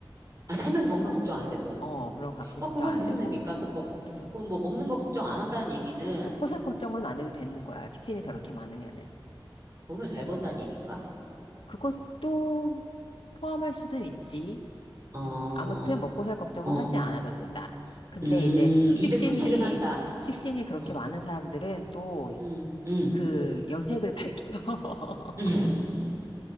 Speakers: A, on the right; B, on the left.
A: 아, 살면서 먹는 거 걱정 안 해도 되고.
B: 어. 그런 거 그
A: 어,
B: 걱정
A: 그건
B: 안
A: 무슨
B: 해도 되고.
A: 의미일까? 그 뭐,
B: 음.
A: 그럼 뭐 먹는 거 걱정 안 한다는 얘기는
B: 먹고 살 걱정은 안 해도 되는 거야. 식신이 저렇게 많으면은.
A: 돈을 잘 번다는 얘기인가?
B: 그것도 포함할 수는 있지.
A: 어,
B: 음, 아무튼 먹고 살 걱정은
A: 어,
B: 하지 않아도 된다. 근데
A: 음,
B: 이제 식신이,
A: 입에 풀칠은 한다.
B: 식신이 그렇게
A: 어,
B: 많은 사람들은 또
A: 음, 음, 음.
B: 그 여색을 밝혀. <laughs>
A: <laughs>